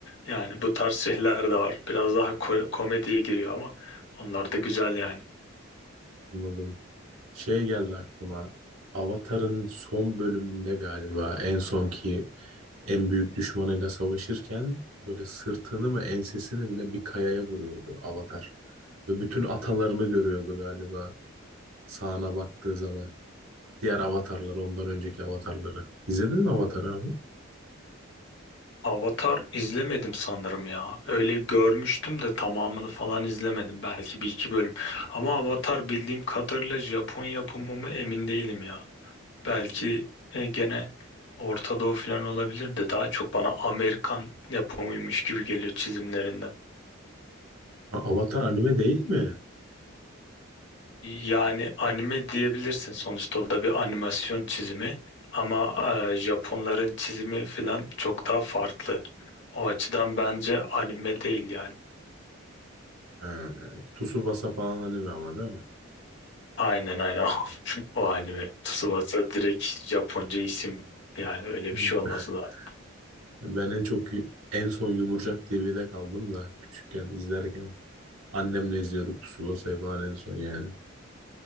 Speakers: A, on the left (about 55°); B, on the right (about 85°).
A: Yani bu tarz şeyler de var. Biraz daha ko- komediye giriyor ama onlar da güzel yani.
B: Anladım. Şey geldi aklıma. Avatar'ın son bölümünde galiba en sonki en büyük düşmanıyla savaşırken böyle sırtını mı ensesini mi ne bir kayaya vuruyordu Avatar. Ve bütün atalarını görüyordu galiba sağına baktığı zaman. Diğer avatarları ondan önceki avatarları. İzledin mi Avatar abi?
A: Avatar izlemedim sanırım ya. Öyle görmüştüm de tamamını falan izlemedim. Belki bir iki bölüm. Ama Avatar bildiğim kadarıyla Japon yapımı mı emin değilim ya. Belki e, gene Orta Doğu falan olabilir de daha çok bana Amerikan yapımıymış gibi geliyor çizimlerinden.
B: Ha, Avatar anime değil mi?
A: Yani anime diyebilirsin sonuçta o da bir animasyon çizimi ama e, Japonların çizimi falan çok daha farklı. O açıdan bence anime değil yani.
B: Ha, Tsubasa falan anime ama değil
A: Aynen aynen <laughs> o anime. Tsubasa direkt Japonca isim yani öyle
B: mi?
A: bir şey olması
B: <laughs>
A: lazım.
B: Ben en çok yu- en son Yumurcak TV'de kaldım da küçükken izlerken. Annemle izliyorduk Tsubasa'yı falan en son yani.